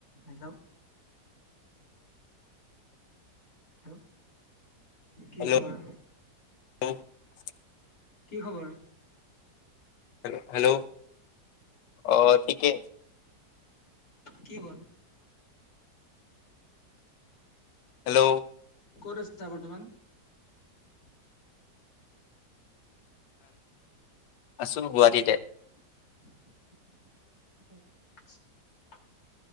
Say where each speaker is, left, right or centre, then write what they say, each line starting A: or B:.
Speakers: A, on the left; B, on the left.
A: Hello hello ' hello কি
B: hello
A: খবৰ?
B: <unintelligible>
A: কি খবৰ।
B: হেল্ল হেল্ল' অ ঠিকে।
A: কি ব।
B: হেল্ল'।
A: ক'ত আছা বৰ্তমান।
B: আছো গুৱাটীতে।
A: হয়।